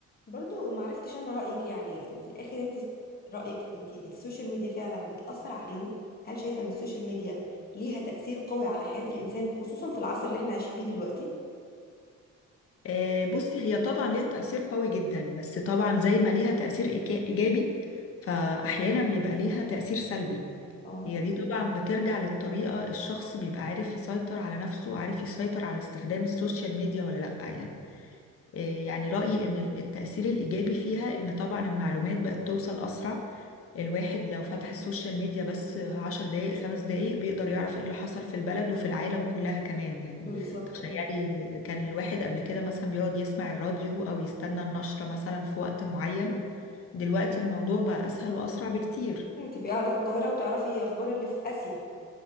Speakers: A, on the left; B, on the left.
A: برضو معرفتش انا رأيك يعني في الاخر انت رأيك انت السوشيال ميديا فعلا بتأثر علينا هل شايفة ان السوشيال ميديا ليها تأثير قوي على حياة الانسان خصوصا في العصر اللي احنا عايشين فيه دلوقتي
B: آه، بصي هي طبعا ليها تأثير قوي جدا بس طبعا زي ما ليها تأثير إيكا- إيجابي فأحيانا بيبقى ليها تأثير سلبي
A: اه
B: هي دي طبعا بترجع للطريقة الشخص بيبقى عارف يسيطر على نفسه وعارف يسيطر على استخدام السوشيال ميديا ولا لأ يعني آه، يعني رأيي إن ال- التأثير الإيجابي فيها إن طبعا المعلومات بقت توصل أسرع الواحد لو فتح السوشيال ميديا بس عشر دقايق خمس دقايق بيقدر يعرف إيه اللي حصل في البلد وفي العالم كلها كمان يعني
A: بالظبط
B: تخيلي
A: ايوه
B: كان الواحد قبل كده مثلا بيقعد يسمع الراديو أو يستنى النشرة مثلا في وقت معين دلوقتي الموضوع بقى أسهل وأسرع بكتير
A: يعني تبقي قاعدة في القاهرة وتعرفي اخبار اللي في آسيا